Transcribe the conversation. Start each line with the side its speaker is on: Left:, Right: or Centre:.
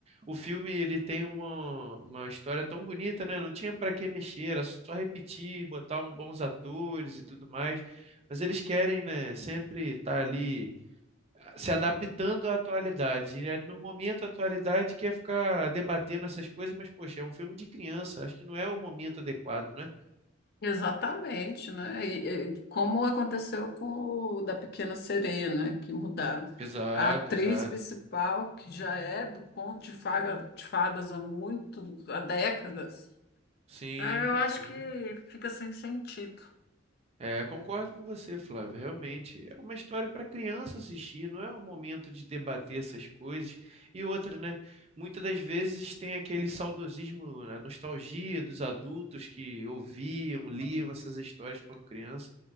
Right: O filme ele tem uma, uma história tão bonita, né? Não tinha para que mexer, era só repetir, botar um bons atores e tudo mais. Mas eles querem, né, sempre estar ali ah, se adaptando à atualidade. E é no momento a atualidade quer ficar debatendo essas coisas, mas poxa, é um filme de criança, acho que não é o momento adequado, né?
Left: Exatamente, né? E, e, como aconteceu com o da Pequena Sereia, né? Que mudaram.
Right: Exato,
Left: A atriz
Right: exato.
Left: principal, que já é do Conto de Faga- de Fadas há muito, há décadas,
Right: Sim,
Left: ah, eu acho
Right: sim.
Left: que fica sem sentido.
Right: É, concordo com você, Flávio. Realmente é uma história para criança assistir, não é o momento de debater essas coisas. E outra, né? Muitas das vezes tem aquele saudosismo, a nostalgia dos adultos que ouviam, liam essas histórias quando criança,